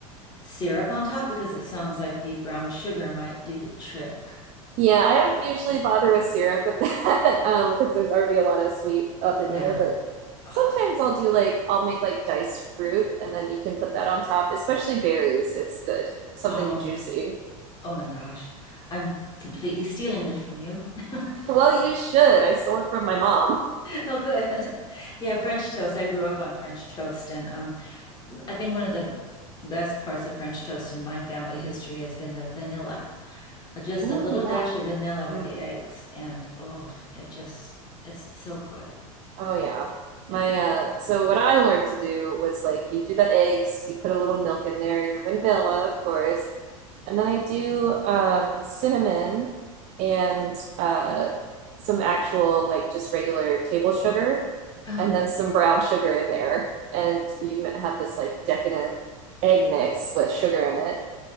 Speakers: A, on the left; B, on the right.
A: syrup on top? Because it sounds like the brown sugar might do the trick.
B: Yeah, I don't usually bother with syrup with that <laughs> um, because there's already a lot of sweet up in
A: Yeah.
B: there. But
A: Oh,
B: sometimes I'll do like I'll make like diced fruit, and then you can put that on top. Especially berries is good, something
A: oh.
B: juicy.
A: Oh my gosh, I'm completely stealing this from you. <laughs>
B: Well, you should. I stole it from my mom.
A: Oh, good. <laughs> Yeah, French toast. I grew up on French toast, and um, I think one of the best parts of French toast in my family history has been the vanilla. Uh, Just
B: Ooh,
A: a little
B: yeah.
A: dash of vanilla with
B: hmm
A: the eggs, and oh, it just is so good.
B: Oh yeah. My
A: Yeah.
B: uh so what I learned to do was like you do the eggs, you put a little milk in there, your vanilla, of course. And then I do um cinnamon and uh some actual like just regular table sugar
A: Uh-huh.
B: and then some brown sugar in there. And you m- have this like decadent egg mix with sugar in it.